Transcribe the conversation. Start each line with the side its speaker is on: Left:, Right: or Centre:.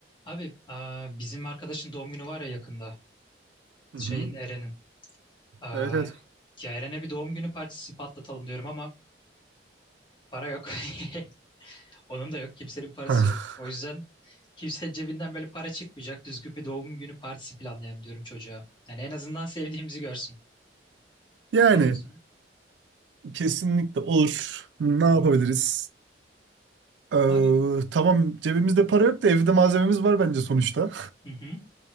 Left: Abi aa, bizim arkadaşın doğum günü var ya yakında.
Right: Hı hı.
Left: Şeyin Eren'in. Aa,
Right: Evet evet.
Left: ya Eren'e bir doğum günü partisi patlatalım diyorum ama para yok. <laughs> Onun da yok. Kimsenin parası
Right: Ha.
Left: yok. O yüzden kimsenin cebinden böyle para çıkmayacak. Düzgün bir doğum günü partisi planlayalım diyorum çocuğa. Yani en azından sevdiğimizi görsün.
Right: Yani
Left: Ne diyorsun?
Right: kesinlikle olur. Ne
Left: Hı
Right: yapabiliriz?
Left: hı.
Right: Ee,
Left: Abi
Right: tamam cebimizde para yok da evde malzememiz var bence sonuçta.
Left: hı hı.